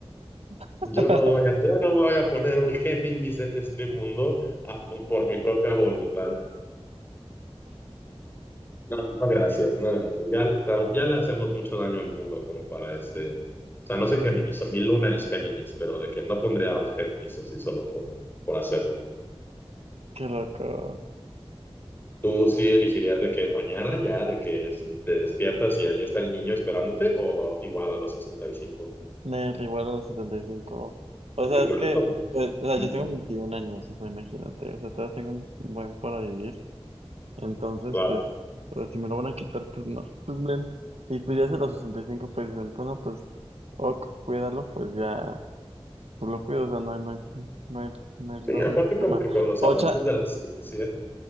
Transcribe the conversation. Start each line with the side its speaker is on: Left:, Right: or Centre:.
Right: <laughs>
Left: Yo no voy a, yo no me voy a poner un Géminis en este mundo a- por mi propia voluntad. No, no, gracias, no, gracias. Ya le estamos, ya le hacemos mucho daño al mundo como para este. O sea, no soy Géminis, o mi luna es Géminis, pero de que no pondría a un Géminis así solo por, por hacerlo.
Right: Qué loco.
Left: ¿Tú sí elegirías de que mañana ya, de que es- te despiertas y ahí está el niño esperándote, o igual a los 65?
Right: Me igual a los setenta y cinco O
Left: Porque
Right: sea, es
Left: creo
Right: que,
Left: que como-
Right: pues, o sea,
Left: Ujú,
Right: yo tengo 21 años, o sea, imagínate, o sea, todavía tengo un buen para vivir. Entonces,
Left: claro.
Right: pues, pues, si me lo van a quitar, pues no, pues men. Y pues ya hacia los 65 pues dicen, bueno, pues, ok, cuídalo, pues ya, pues lo cuido, o sea, no hay, no hay, no hay, no hay,
Left: Sí,
Right: lo-
Left: aparte
Right: no hay problema.
Left: como que con los
Right: Ocha,
Left: avances de la ciencia,